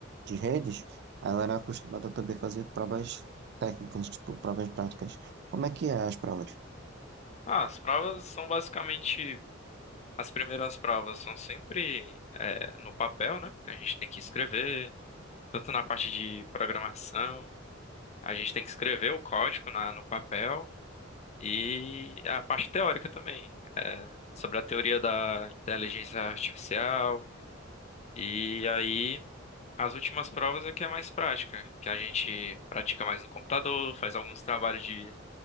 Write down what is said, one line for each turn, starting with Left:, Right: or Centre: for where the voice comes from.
Right: de redes, aí eu era acostumado a também fazer provas técnicas, tipo, provas práticas. Como é que é as provas?
Left: ah, as provas são basicamente. As primeiras provas são sempre é, no papel, né? Que a gente tem que escrever, tanto na parte de programação, a gente tem que escrever o código na, no papel e a parte teórica também, sobre a teoria da inteligência artificial. E aí. As últimas provas é que é mais prática, que a gente pratica mais no computador, faz alguns trabalhos de